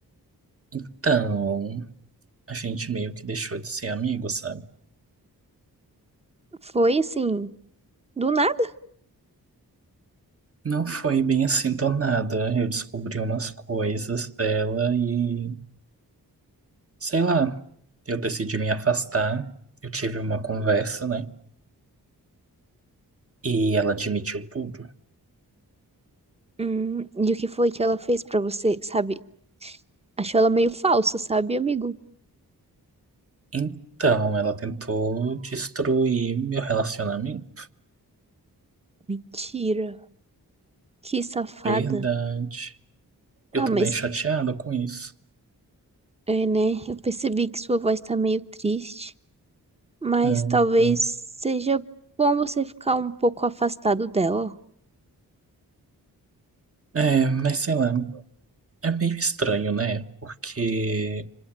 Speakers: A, on the right; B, on the right.
A: Então, a gente meio que deixou de ser amigo, sabe?
B: Foi assim, do nada.
A: Não foi bem assim do nada. Eu descobri umas coisas dela e Sei lá, eu decidi me afastar. Eu tive uma conversa, né? E ela admitiu tudo.
B: Hum, e o que foi que ela fez pra você, sabe? Achou ela meio falsa, sabe, amigo?
A: Então, ela tentou destruir meu relacionamento.
B: Mentira. Que safada.
A: Verdade. Eu
B: Ah,
A: tô
B: mas
A: bem chateada com isso.
B: é, né? Eu percebi que sua voz tá meio triste, mas
A: Uhum.
B: talvez seja bom você ficar um pouco afastado dela.
A: É, mas sei lá, é meio estranho, né? Porque,